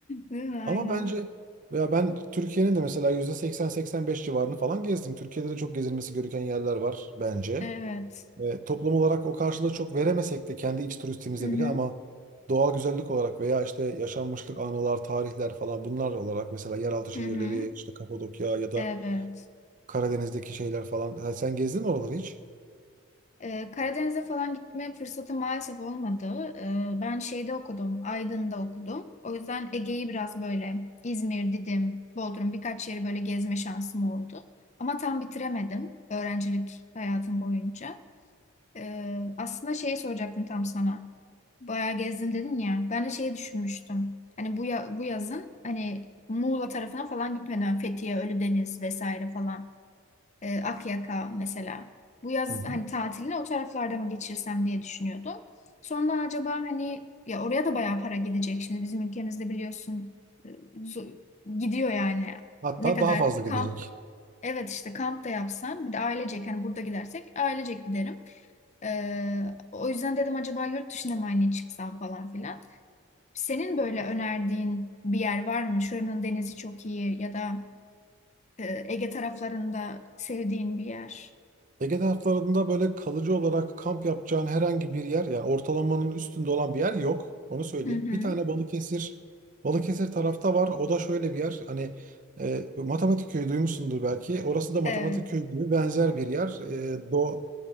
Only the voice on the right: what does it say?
Ama bence veya ben Türkiye'nin de mesela %80-85 civarını falan gezdim. Türkiye'de de çok gezilmesi gereken yerler var bence.
E, toplum olarak o karşılığı çok veremesek de kendi iç turistimize
bile ama doğal güzellik olarak veya işte yaşanmışlık anılar, tarihler falan bunlar olarak mesela yeraltı şehirleri
işte Kapadokya ya da
Karadeniz'deki şeyler falan. Ha, Sen gezdin mi oraları hiç?
Hı hı.
Hatta
daha fazla
gidecek.
Ege taraflarında böyle kalıcı olarak kamp yapacağın herhangi bir yer, yani ortalamanın üstünde olan bir yer yok. Onu söyleyeyim.
Bir tane Balıkesir, Balıkesir tarafta var. O da şöyle bir yer. Hani e, matematik köyü duymuşsundur belki. Orası da matematik
köyü gibi benzer bir yer. E, Do